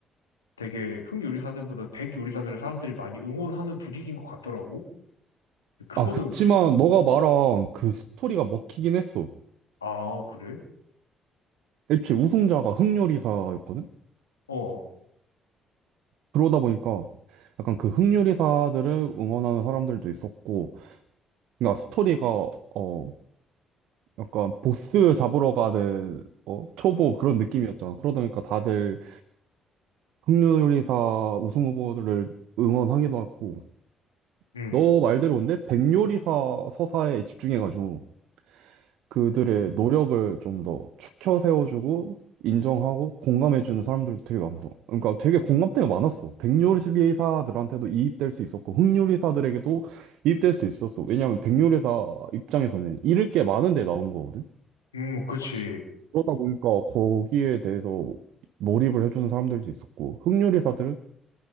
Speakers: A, on the left; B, on the right.
A: 되게 흥 요리사들보다 백 요리사들을 사람들이 많이 응원하는 분위기인 것 같더라고. 그거는,
B: 아, 그치만 너가 말한 그 스토리가 먹히긴 했어.
A: 아, 그래?
B: 애초에 우승자가 흑요리사였거든?
A: 어,
B: 그러다 보니까 약간 그 흑요리사들을 응원하는 사람들도 있었고, 그러니까 스토리가 어, 약간 보스 잡으러 가는 어, 초보 그런 느낌이었잖아. 그러다 보니까 다들 흑요리사 우승 후보를 응원하기도 하고
A: 음,
B: 너 말대로 근데 백요리사 서사에 집중해가지고 그들의 노력을 좀 더 추켜 세워주고 인정하고 공감해주는 사람들도 되게 많아서 그러니까 되게 공감대가 많았어. 백요리사들한테도 이입될 수 있었고 흑요리사들에게도 이입될 수 있었어. 왜냐하면 백요리사 입장에서는 잃을 게 많은데 나온 거거든.
A: 음, 그치,
B: 그러다 보니까 거기에 대해서 몰입을 해주는 사람들도 있었고, 흑요리사들은